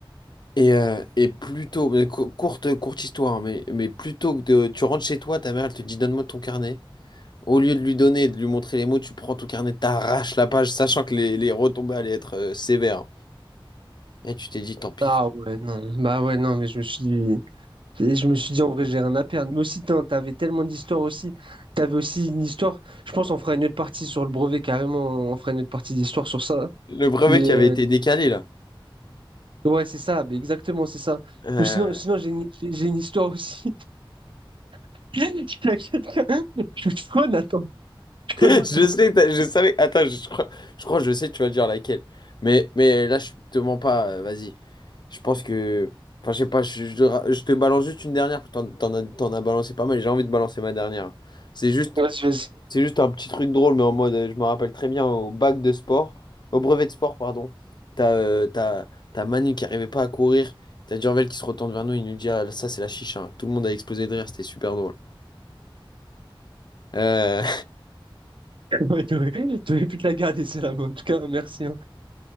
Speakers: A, on the left (about 55°); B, on the right (about 65°).
A: Et, euh, et plutôt, mais co- courte, courte histoire, hein, mais, mais plutôt que de, tu rentres chez toi, ta mère, elle te dit donne-moi ton carnet. Au lieu de lui donner et de lui montrer les mots, tu prends ton carnet, t'arraches la page, sachant que les, les retombées allaient être euh, sévères. Et tu t'es dit, tant pis.
B: Ah ouais, non. Bah ouais, non, mais je me suis dit, je me suis dit, en vrai, j'ai rien à perdre. Mais aussi, tain, t'avais tellement d'histoires aussi. T'avais aussi une histoire. Je pense qu'on fera une autre partie sur le brevet, carrément. On fera une autre partie d'histoire sur ça.
A: Le brevet
B: Mais
A: qui avait
B: euh,
A: été décalé,
B: ouais, c'est ça. Mais exactement, c'est ça.
A: là.
B: Ou sinon, sinon j'ai une, j'ai j'ai une histoire aussi. <laughs> T'inquiète, je suis Jonathan,
A: <laughs> Je
B: Jonathan.
A: sais que t'as- je savais. Attends, je crois, je crois que je sais que tu vas dire laquelle. Mais, mais là, je te mens pas. euh, Vas-y. Je pense que. Enfin, je sais pas. Je, je te ra- je te balance juste une dernière. T'en, t'en as, t'en as balancé pas mal. J'ai envie de balancer ma dernière. C'est juste,
B: Vas-y, vas-y.
A: c'est juste un petit truc drôle, mais en mode. euh, Je me rappelle très bien au bac de sport. Au brevet de sport, pardon. T'as euh, t'as, t'as Manu qui arrivait pas à courir. T'as Durvel qui se retourne vers nous. Il nous dit Ah, ça, c'est la chicha. Tout le monde a explosé de rire. C'était super drôle. Euh...
B: Ouais, T'aurais t'aurais pu te la garder, celle-là, mais en tout cas, merci.